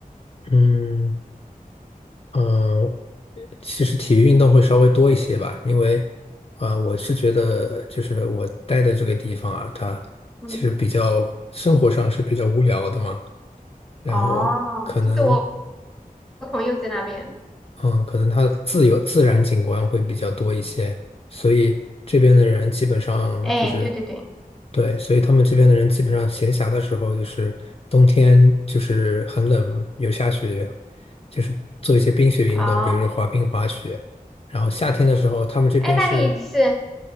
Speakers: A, on the left; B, in the centre.
A: 嗯。嗯，其实体育运动会稍微多一些吧，因为啊、呃我是觉得就是我待的这个地方啊，它其实比较生活上是比较无聊的嘛，
B: 嗯，
A: 然后可能
B: 哦，就是我朋友在那边。
A: 嗯，可能它的自由自然景观会比较多一些，所以这边的人基本上就是。
B: 哎，对对对，
A: 对，所以他们这边的人基本上闲暇的时候，就是冬天就是很冷，有下雪，就是做一些冰雪运动，
B: 哦，
A: 比如说滑冰、滑雪。然后夏天的时候，他们这边是，
B: 哎，那你就是